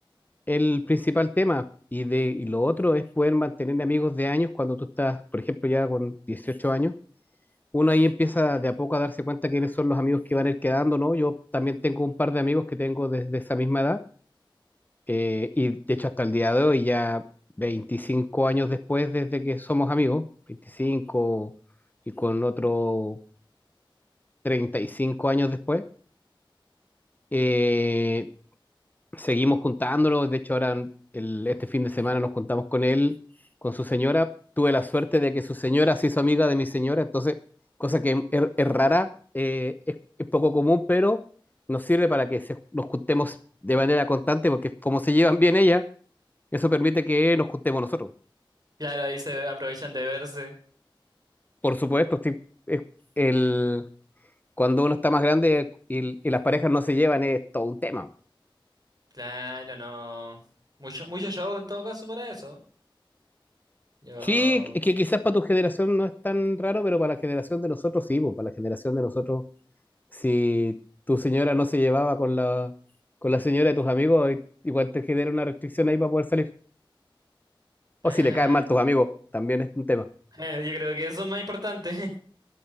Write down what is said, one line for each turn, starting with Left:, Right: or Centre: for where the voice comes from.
Left: el principal tema. Y, de, y lo otro es poder mantener amigos de años cuando tú estás, por ejemplo, ya con 18 años. Uno ahí empieza de a poco a darse cuenta quiénes son los amigos que van a ir quedando, ¿no? Yo también tengo un par de amigos que tengo desde esa misma edad. eh, y de hecho hasta el día de hoy, ya veinticinco años después desde que somos amigos, 25 y con otro 35 años después, eh, seguimos juntándolo. De hecho, ahora el- este fin de semana nos juntamos con él, con su señora. Tuve la suerte de que su señora se hizo amiga de mi señora, entonces, cosa que es, es rara, eh, es, es poco común, pero nos sirve para que se- nos juntemos de manera constante, porque como se llevan bien ella, eso permite que nos juntemos nosotros.
Right: Claro, ahí se aprovechan de verse.
Left: Por supuesto, sí, es- el, cuando uno está más grande y, y las parejas no se llevan, es todo un tema.
Right: Claro, no. Mucho, mucho show en todo caso para eso. Yo.
Left: Sí, es que quizás para tu generación no es tan raro, pero para la generación de nosotros sí, pues, para la generación de nosotros, si tu señora no se llevaba con la, con la señora de tus amigos, i- igual te genera una restricción ahí para poder salir.
Right: Claro.
Left: O si le caen mal tus amigos, también es un tema.
Right: Eh, Yo creo que eso es más importante. <laughs>